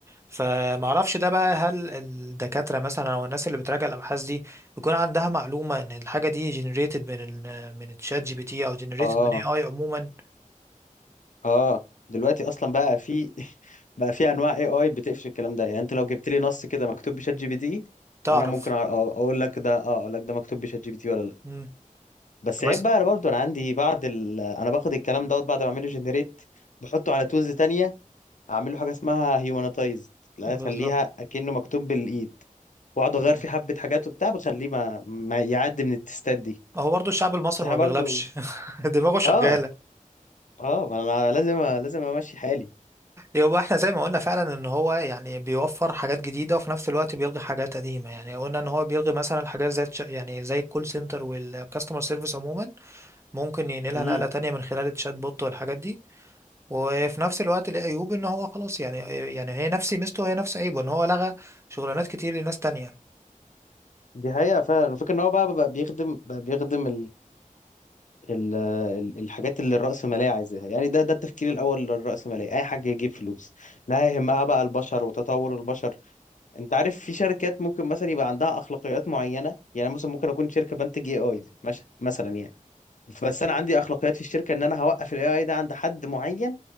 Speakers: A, on the right (about 20°); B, on the left (about 60°).
A: فما اعرفش ده بقى هل الدكاتره مثلا او الناس اللي بتراجع الابحاث دي بيكون عندها معلومه ان الحاجه دي جنريتد من ال من الشات جي بي تي او جنريتد
B: اه
A: من اي اي عموما
B: اه دلوقتي اصلا بقى في <laughs> بقى في انواع اي اي بتقفش الكلام ده يعني انت لو جبت لي نص كده مكتوب بشات جي بي تي
A: تعرف
B: انا ممكن أ- أ- اقول لك ده اه اقول لك ده مكتوب بشات جي بي تي ولا لا
A: مم.
B: بس عيب
A: بس
B: بقى انا برضو انا عندي بعض ال... انا باخد الكلام دوت بعد ما اعمله جنريت بحطه على تولز تانية اعمل له حاجه اسمها هيومنتايزد لا
A: بالظبط
B: اخليها اكنه مكتوب بالايد واقعد اغير
A: مم.
B: فيه حبه حاجات وبتاع بخليه ما, ما يعدي من التستات دي
A: هو برضو الشعب المصري
B: بس احنا
A: ما
B: برضو
A: بيغلبش <laughs> دماغه شغالة
B: اه اه ما انا لازم لازم امشي حالي
A: هو احنا زي ما قلنا فعلا ان هو يعني بيوفر حاجات جديدة وفي نفس الوقت بيلغي حاجات قديمة يعني قلنا ان هو بيلغي مثلا الحاجات زي التش- يعني زي الكول سنتر والكاستمر سيرفيس عموما ممكن ينقلها
B: امم
A: نقلة تانية من خلال الشات بوت والحاجات دي وفي نفس الوقت ليه عيوب ان هو خلاص يعني يعني هي نفس ميزته وهي نفس عيبه ان هو لغى شغلانات كتير لناس تانية
B: دي حقيقه فعلا الفكره ان هو بقى, بقى بيخدم بقى بيخدم ال- ال- الحاجات اللي الرأسمالية عايزاها يعني ده ده التفكير الأول للرأسمالية أي حاجة يجيب فلوس لا يهمها بقى البشر وتطور البشر أنت عارف في شركات ممكن مثلا يبقى عندها أخلاقيات معينة يعني مثلا ممكن أكون شركة بنتج اي اي مثلا يعني بس أنا عندي أخلاقيات في الشركة إن أنا هوقف الاي اي ده عند حد معين